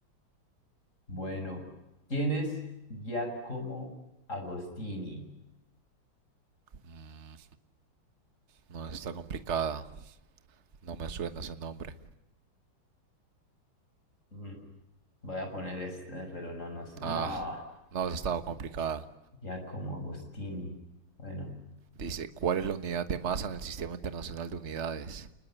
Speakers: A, on the left; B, on the right.
A: Bueno, ¿quién es Giacomo Agostini?
B: Mm, no, está complicada. No me suena ese nombre.
A: Mm, voy a poner esta, pero no, no sé. No,
B: Ah, no, eso ha estado complicada.
A: Giacomo Agostini. Bueno.
B: Dice, ¿cuál es la unidad de masa en el Sistema Internacional de Unidades?